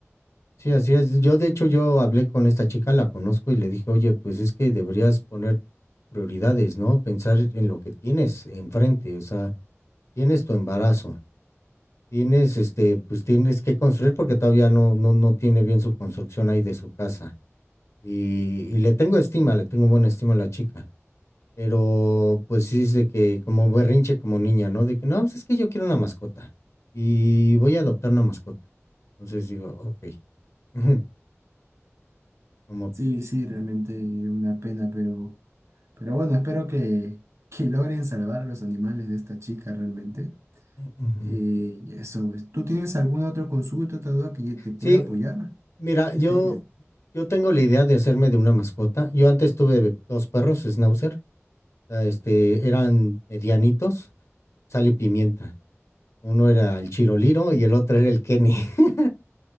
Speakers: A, on the left; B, on the right.
A: Sí, así es. Yo, de hecho, yo hablé con esta chica, la conozco y le dije, oye, pues es que deberías poner prioridades, ¿no? Pensar en lo que tienes enfrente, o sea, tienes tu embarazo, tienes, este, pues tienes que construir porque todavía no, no, no tiene bien su construcción ahí de su casa. Y, y le tengo estima, le tengo buena estima a la chica, pero pues sí es de que como berrinche como niña, ¿no? De que no, pues es que yo quiero una mascota y voy a adoptar una mascota. Entonces digo, ok, <laughs> como...
B: Sí, sí, realmente una pena, pero, pero bueno, espero que, que logren salvar a los animales de esta chica realmente.
A: Ujú.
B: Y eso, pues. ¿Tú tienes alguna otra consulta, otra duda que te pueda
A: Sí,
B: apoyar?
A: mira,
B: Dime,
A: yo,
B: dime.
A: yo tengo la idea de hacerme de una mascota. Yo antes tuve dos perros, Schnauzer, ah, este, eran medianitos, sal y pimienta. Uno era el Chiroliro y el otro era el Kenny. <laughs>